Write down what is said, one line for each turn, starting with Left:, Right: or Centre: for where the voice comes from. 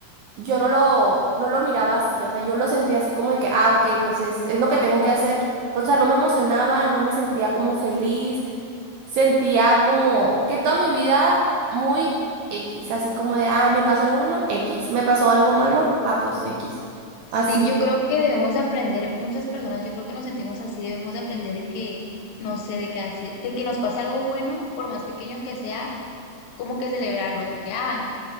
Right: yo no lo, no lo miraba así, o sea, yo lo sentía así como de que, ah, ok, pues es, es lo que tengo que hacer, o sea, no me emocionaba, no me sentía como feliz, sentía como que toda mi vida muy X, así como de, ah, me pasó algo bueno, X, me pasó algo malo, ah, pues X,
Left: Sí,
Right: así,
Left: yo creo que debemos de aprender, muchas personas, yo creo que nos sentimos así, debemos de aprender de que, no sé, de que hace, de que nos pase algo bueno, por más pequeño que sea, como que celebrarlo, de que, ah,